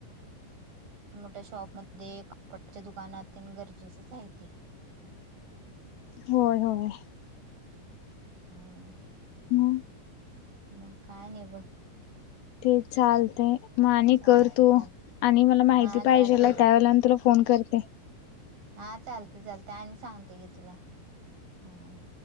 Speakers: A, on the right (about 55°); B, on the left (about 70°).
A: मोठ्या शॉप मध्ये, कपडाच्या दुकानात तेन गरजेचचं हाय ते.
B: होय -होय.
A: हम्म.
B: मग
A: म काय नी ब
B: ठीक चालतय. म आणि
A: चालते
B: कर तू.
A: चालते
B: आणि मला माहिती
A: हा
B: पाहिजेल
A: चालते
B: आय त्यावेळेला आणि तुला फोन करते.
A: हा चालतय - चालतय. आणि सांगते घे तुला हम.